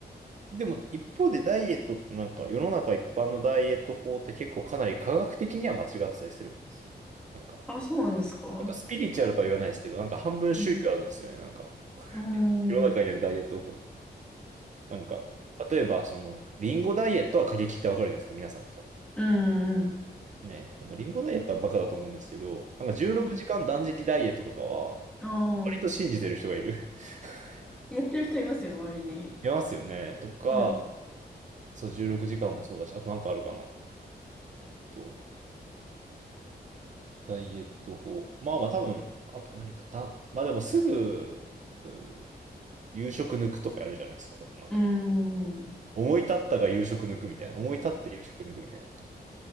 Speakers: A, on the right; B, in the centre.
A: でも一方でダイエットってなんか世の中一般のダイエット法って結構かなり科学的には間違ってたりするんですよね。なんか
B: あ、そうなんですか
A: なんかスピリチュアルとは言わないですけど、なんか半分宗教あるんですよね。
B: うん。
A: なんか、
B: うん。
A: 世の中にあるダイエット法。なんか、例えば、その、リンゴダイエットは過激ってわかるじゃないですか、皆さんも多分。
B: うんう
A: ね、あの、リンゴダイエットはバカだと思うんですけど、なんか16時間断食ダイエットとかは、
B: ん。ああ。
A: 割と信じてる人がいる。<laughs>
B: やってる人いますよ、周りに。
A: いますよね。とか、
B: はい。
A: そう、16時間もそうだし、あとなんかあるかな。と、ダイエット法。まあまあ多分、あと何か、だ、まあでもすぐ、うー夕食抜くとかやるじゃないですか、多分なんか
B: うん。うん。
A: 思い立ったが夕食抜くみたいな。思い立って夕食抜くみたいな。